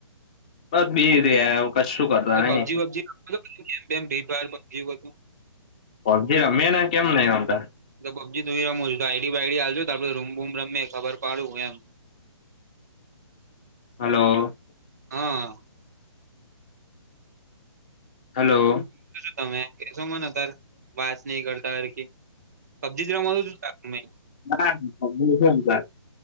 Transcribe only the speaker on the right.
એટલે
પબજી વબજી ગેમ બેમ ફ્રી ફાયર પબજી બધું
તો પબજી તું રમું છ ગાયડી બાઈડી હાલજો તો આપડે રૂમ બૂમ રમે ખબર પાડું એમ.
હા.
તમે કેશો મને તાર વાત નઈ કરતા હરખી. પબ્જી <unintelligible>